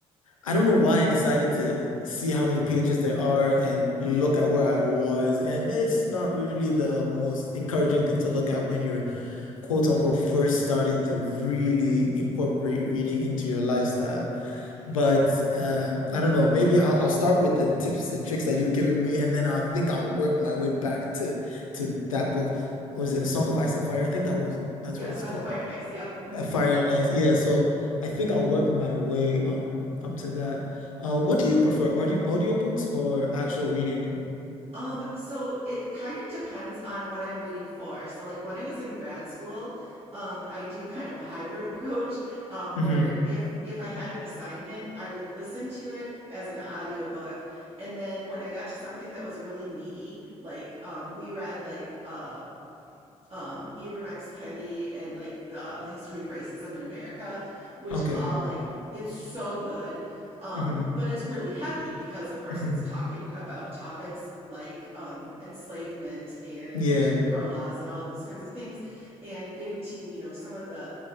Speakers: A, on the left (about 85°); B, on the right (about 35°).
A: I don't know why I decided to see how many pages there are and look at where I was. And it's not really the most encouraging thing to look at when you're, quote unquote, first starting to really incorporate reading into your lifestyle.
B: Yes.
A: But uh, I don't know, maybe I'll, I'll start with the tips and tricks that you've given me, and then I think I'll work my way back to to that book. What was it? A Song of Ice and Fire? I think that was that's
B: Yeah,
A: what
B: Song
A: it's called.
B: of Fire and Ice. Yep. Mhm.
A: Uh, Fahrenheit, yeah. So I think I'll work my way um up to that. Uh, what do you prefer, audio audiobooks or actual reading?
B: Um, so it kind of depends on what I'm reading for. So, like when I was in grad school, um, I do kind of a hybrid <laughs> approach, um,
A: hmm
B: where if if I had an assignment, I would listen to it as an audiobook, and then when I got to something that was really meaty, like um, we read like uh, um, Ibram X. Kendi and like uh, the history of racism in America, which
A: Okay.
B: is all like it's so good, um,
A: hmm
B: but it's really heavy because of course
A: hmm
B: it's talking about topics like um, enslavement and
A: Yeah.
B: Jim Crow laws and all of those kinds of things, and getting to you know some of the